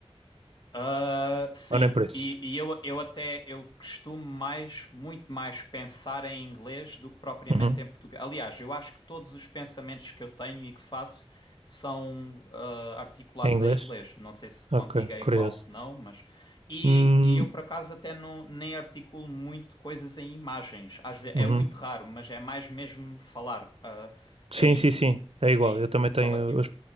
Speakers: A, on the left; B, on the right.
A: Ah, sim,
B: Ou nem por isso?
A: e, e eu, eu até eu costumo mais, muito mais pensar em inglês do que propriamente
B: Uhum.
A: em português. Aliás, eu acho que todos os pensamentos que eu tenho e que faço são ah, articulados
B: Em inglês?
A: em inglês. Não sei se contigo
B: Ok,
A: é
B: curioso.
A: igual, se não, mas. E,
B: Hum,
A: e eu por acaso até não, nem articulo muito coisas em imagens. Às vezes,
B: uhum.
A: é muito raro, mas é mais mesmo falar ah, em,
B: Sim, sim, sim, é igual.
A: em
B: Eu também tenho.
A: falativo.
B: Os,